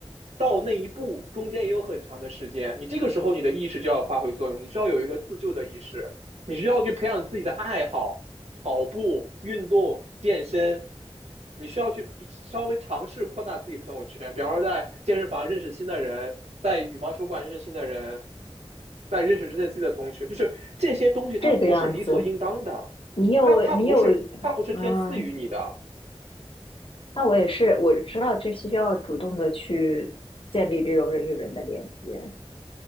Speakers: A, on the right (about 85°); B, on the left (about 55°).
A: 到那一步中间也有很长的时间，你这个时候你的意识就要发挥作用，你需要有一个自救的意识，你需要去培养自己的爱好，跑步、运动、健身，你需要去稍微尝试扩大自己朋友圈，比方说在健身房认识新的人，在羽毛球馆认识新的人，在认识这些自己的同学，就是这些东西它不是理所应当的，
B: 这个样子，你有你有，
A: 它它不是它不是天赐予你的。
B: 嗯，那我也是，我知道这需要主动的去建立这种人与人的连接。